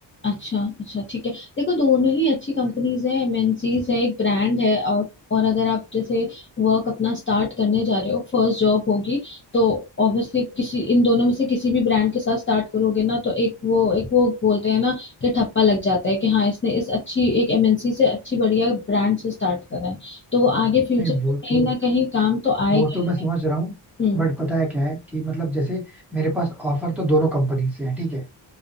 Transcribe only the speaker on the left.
अच्छा अच्छा ठीक है देखो दोनों ही अच्छी कंपनीज हैं एमएनसीज है एक ब्रांड है और और अगर आप जैसे वर्क अपना स्टार्ट करने जा रहे हो फर्स्ट जॉब होगी तो ऑब्वियसली किसी इन दोनों में से किसी भी ब्रांड के साथ स्टार्ट करोगे ना तो एक वो एक वो बोलते हैं ना कि ठप्पा लग जाता है कि हाँ इसने इस अच्छी एक एमएनसी से अच्छी बढ़िया ब्रांड से स्टार्ट करा है तो वो आगे फ्यूचर
में कहीं
ना कहीं काम तो आएगा
ही
है
हम्म